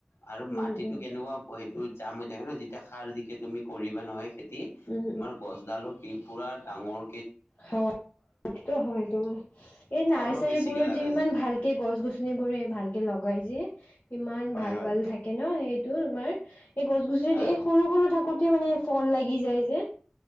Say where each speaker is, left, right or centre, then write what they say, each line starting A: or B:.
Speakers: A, on the left (about 80°); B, on the left (about 45°).
A: আৰু
B: উম,
A: মাটিতো
B: উম,
A: কেনেকুৱা ত জাম হৈ থাকে ন যেতিয়া সাৰ দিকে তুমি কৰিবা নহয় খেতি
B: উম,
A: তোমাৰ গছডালো কি পুৰা ডাঙৰ
B: স হয় তোমাৰ এই নাৰ্চাৰী
A: ফলো বেছিকে
B: বোৰত
A: লগা
B: যে ইমান
A: যায়
B: ভালকে গছ গছ গছনিবোৰে ভাল কেে লগাই যেিয় ইমান
A: হয়
B: ভাল
A: হয়
B: ভাল থাকে ন সেইটো তোমাৰ এই গছ গছনিত
A: অ
B: এই সৰু সৰু থাকোতে মানে ফল লাগি যায় যে।